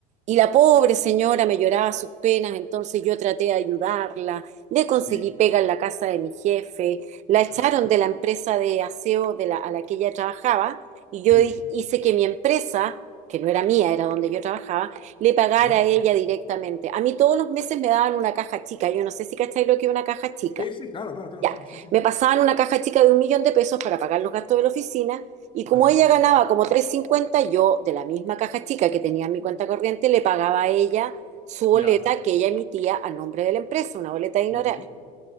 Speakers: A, on the right (about 45°); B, on the left (about 30°).
A: Y la pobre señora me lloraba sus penas, entonces yo traté de ayudarla, le conseguí
B: sí,
A: pega en la casa de mi jefe, la echaron
B: ajá,
A: de la empresa de aseo de la, a la que ella trabajaba y yo
B: sí,
A: hi- hice que mi empresa, que no era mía, era donde yo trabajaba, le pagara
B: ajá.
A: a ella directamente. A mí todos los meses me daban una caja chica, yo no sé si cacháis lo que es una caja chica.
B: Sí, sí, claro, claro, claro,
A: Ya,
B: sí, sí, sí.
A: me pasaban una caja chica de un millón de pesos para pagar los gastos de la oficina y como
B: Ajá,
A: ella ganaba como trescientos cincuenta yo de la misma caja chica que tenía en mi cuenta corriente le pagaba a ella su boleta
B: ya,
A: que ella emitía a nombre de la empresa, una boleta de ignorar.
B: ok.